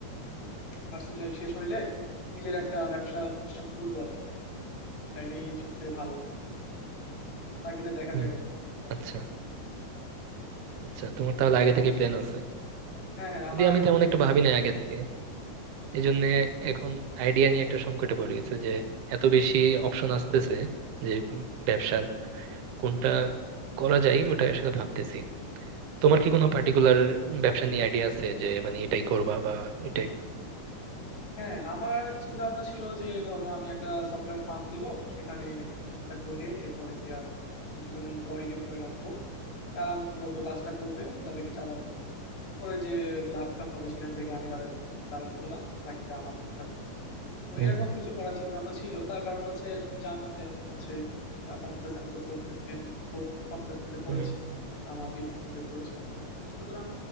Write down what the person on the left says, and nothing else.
ভার্সিটি লাইফ শেষ হইলে নিজের একটা ব্যবসা প্রতিষ্ঠান খুলবো আর কি তাইলেই সব থেকে ভালো হয় বাকিটা দেখা
যাক এখন কি করা
যায়
হ্যাঁ হ্যাঁ আমার
আগে
থেকেই
হ্যাঁ, আমার চিন্তাভাবনা ছিল যে ধরো আমি একটা সফটওয়্যার ফার্ম দিব সেখানে আমি থাকবো হেড এরপরে গিয়া আমি বিভিন্ন এমপ্লয়ি টেমপ্লয়ি রাখবো তারা মূলত কাজটা করবে আমি তাদেরকে চালাবো এরপরে যে লাভটা হবে সেখান থেকে আমি তাদের কিছু স্যালারি দিলাম বাকিটা আমার জন্য থাকবে তো
এরকম কিছু করার চিন্তা ভাবনা ছিল তার কারণ হচ্ছে তুমি জানো যে আমি হচ্ছে কম্পিউটার সায়েন্সে পড়তেছি এবং কম্পিউটার সায়েন্সে পড়েছি
আমার বিএসসি কমপ্লিট করেছি কম্পিউটার সায়েন্সে সুতরাং